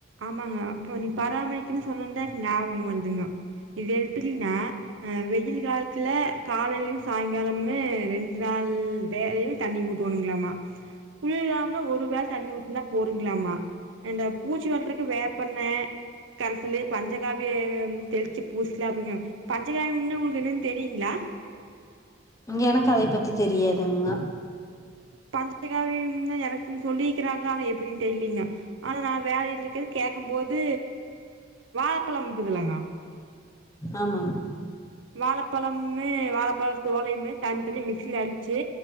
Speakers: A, on the right; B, on the left.
A: ஆமாங்க இப்ப நீ பராமரிக்கணு சொன்னோன்தா எனக் நாபகம் வருதுங்கோ இது எப்பிடின்னா அ வெயில் காலத்துல காலேலயு சாங்காலமுமே ரெண்டு நாள் வேலை தண்ணி ஊத்தனோங்களாமா குள்யாம்னா ஒரு வேல தண்ணி ஊத்துனா போருங்களாமா இந்த பூச்சி வெரட்ரக்கு வேப்பெண்ண கன்சலு பஞ்சகாபிய தெளிச்சு பூசலாபிங்க பஞ்சகாயம்னா ஒங்களுக்கு என்னன் தெரியுங்ளா
B: எனக்கு அத பத்தி தெரியாதுங்க
A: பஞ்சகாவியம்ன்னா எனக்கு சொல்லிருக்குறாங்க ஆனா எப்டின் தெர்லீங்க ஆனா நா வேலேல இருக்கறே கேக்கம் போது வாழப்பழம் இருக்குதுலங்க
B: ஆமாங்க
A: வாழப்பழம்மே வாழப்பழ தோளையுமே தனி தனியா மிக்சில அடுச்சு